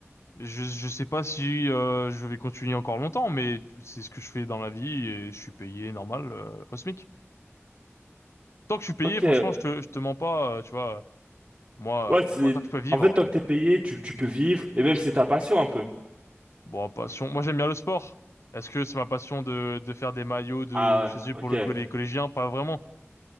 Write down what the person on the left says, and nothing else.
Je, je sais pas si euh, je vais continuer encore longtemps, mais c'est ce que je fais dans la vie et je suis payé normal euh, au SMIC. Tant que je suis payé,
franchement, je te, je te mens pas, euh, tu vois. Moi,
moi, tant que je peux vivre,
euh,
bon, passion. Moi, j'aime bien le sport. Est-ce que c'est ma passion de, de faire des maillots de,
je sais, pour
le co- les collégiens? Pas vraiment.